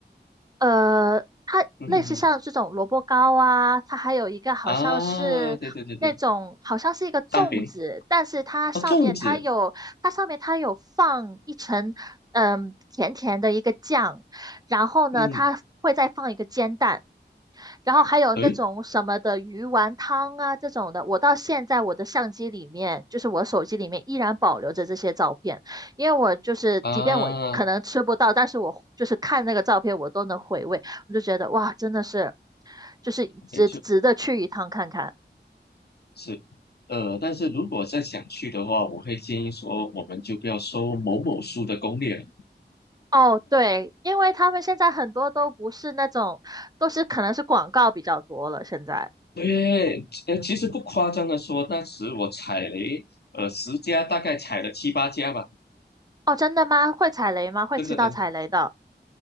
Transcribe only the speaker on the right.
呃，它类似像这种萝卜糕啊，
它还有一个好像是那种好像是一个粽子，
但是它上面它有它上面它有放一层嗯甜甜的一个酱，
然后呢它会再放一个煎蛋。
然后还有那种什么的鱼丸汤啊这种的，
我到现在我的相机里面，就是我手机里面依然保留着这些照片，因为我就是即便我可能吃不到，
但是我就是看那个照片，我都能回味，我就觉得哇，真的是，就是值值得去一趟看看。
哦，对，因为他们现在很多都不是那种，都是可能是广告比较多了现在。
哦，真的吗？会踩雷吗？会吃到踩雷的。